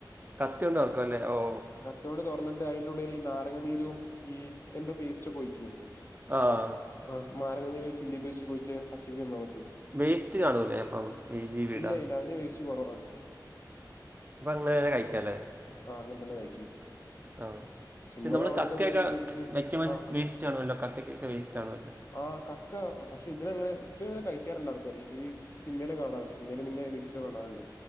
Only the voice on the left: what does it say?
തോട് തൊർന്നിട്ട് അതിന്റെ ഉള്ളിൽ ഈ നാരങ്ങനീരും ഈ എന്തോ പേസ്റ്റ് ഒക്കെ ഒഴിക്കും
ഏ മ് മാരങ്ങ നീര് ഈ ചില്ലി പേസ്റ്റ് ഒക്കെ ഒഴിച് പച്ചക്ക് തിന്നാം പറ്റും
ഇല്ല ഇല്ല അതിന് വേസ്റ്റ് കൊറവാണ്
ആഹ് അങ്ങനെ തന്നെ കഴിക്കും
സിമ്പിൾ
അവിടുത്തെ
എന്താ വെച്ചിട്ടുണ്ടെങ്കില്
ആഹ്
ആഹ് കക്ക പക്ഷെ ഇതിനങ്ങനെ ഇത് കഴിക്കാറ്ണ്ട് ആൾക്കാര് ഈ സിൻമേലൊക്കെ കാണാറുണ്ട്. മേലും പിന്നെ റീൽസ് കാണാറ്ണ്ട്